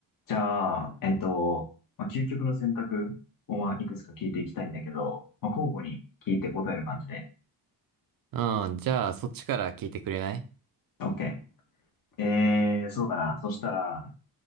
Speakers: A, on the left; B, on the right.
A: じゃあ、えっと、まあ、究極の選択を、まあ、いくつか聞いていきたいんだけど、まあ、交互に聞いて答える感じで。
B: うん、じゃあ、そっちから聞いてくれない
A: OK。えー、そうだな。そしたら、